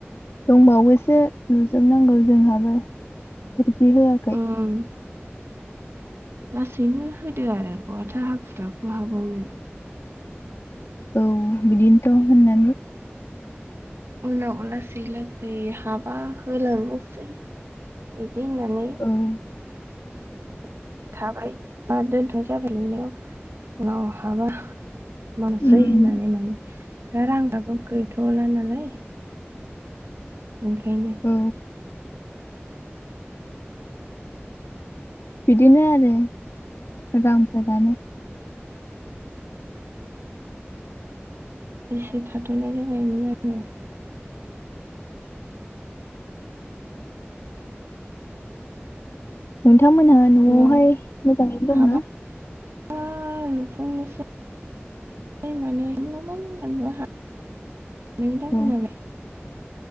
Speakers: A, on the left; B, on the right.
A: दंबावोसो लुजोबनांगौ जोंहाबो खोरखि होआखै
B: ओं लासैनो होदो आरो बहाथो हाखु दाखु हाबावनो
A: औ बिदिनोथ' होननानै
B: उनाव लासै लासै हाबा होलांनोसै बिदि होननानै
A: औ
B: <inaudible> थाबाय बा दोनथनाय जाबाय लुनायाव उनाव हाबा मासै
A: उम
B: होननानै माने दा रां आबो गैथला नालाय । ओंखायनो
A: औ बिदिनो आरो रांफोरानो <unintelligible>
B: एसे थाथनाय जाबायमोन आरो ।
A: नोंथांमोनहा नआवहाय
B: उनाव
A: मोजाङैनो दंना?
B: हाबा <unintelligible> <unintelligible>
A: औ